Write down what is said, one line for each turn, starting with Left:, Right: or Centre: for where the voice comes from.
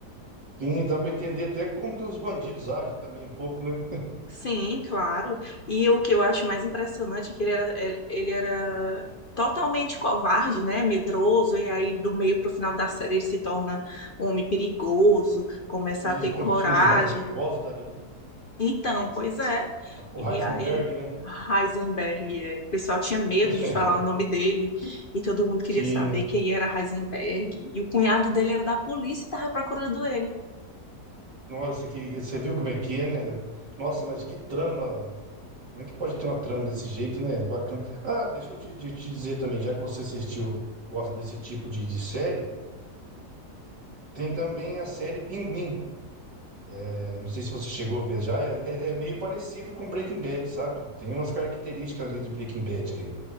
Right: Sim, dá pra entender até como que os bandidos agem também um pouco, né?
Left: Sim, claro. E o que eu acho mais impressionante é que ele era, ele ele era totalmente covarde, né? Medroso, e aí do meio para o final da série ele se torna um homem perigoso, começa
Right: Eles
Left: a ter coragem.
Right: são dos mais perigosos dali, né?
Left: Então, pois é.
Right: O
Left: E
Right: Heisenberg,
Left: aí,
Right: né?
Left: Heisenberg, é, o pessoal tinha medo
Right: <laughs>
Left: de falar o nome dele, e todo mundo queria
Right: Tinha.
Left: saber quem era Heisenberg. E o cunhado dele era da polícia e estava procurando ele.
Right: Nossa, que você viu como é que é, né? Nossa, mas que trama Como é que pode ter uma trama desse jeito, né? Bacana. Ah, deixa eu te, te- te dizer também, já que você assistiu, gosta desse tipo de, de série, tem também a série Pinguim. É, não sei se você chegou a ver já, é, é- é meio parecido com Breaking Bad, sabe? Tem umas características ali do Breaking Bad ali.